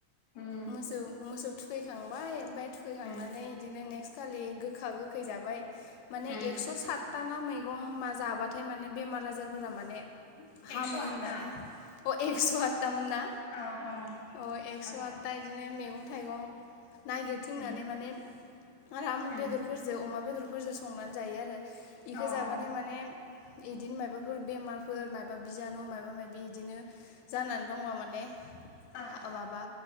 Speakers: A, on the left; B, on the left.
A: उम
B: मोसौ मोसौ थु। फैखांबाय ओमफाय। फैखांनानै
A: उम
B: इदिनो नेक्स्ट। खालि गोखा गोखै जाबाय। माने
A: उम
B: एकस सातथा ना मै गं मा जाबाथाय माने बेमार आजारफोरा माने हामो
A: एकस' आतथा
B: होनानै अ एक्स <unintelligible> थामोन ना
A: औ औ
B: अ एकस
A: आतथा
B: आठथा इदिनो मैं था थाइगं नाय थिंनानै
A: उम
B: माने आराम
A: उम
B: बेदरफोरजों अमा बेदरफोरजों संनानै जायो आरो इखो
A: अ
B: जाबाथाय
A: अ ओं
B: माने इदिनो मायबाफोर बेमारफोर मायबा बिजानु मायबा इदिनो जानानै दंबा माने माबा
A: ओं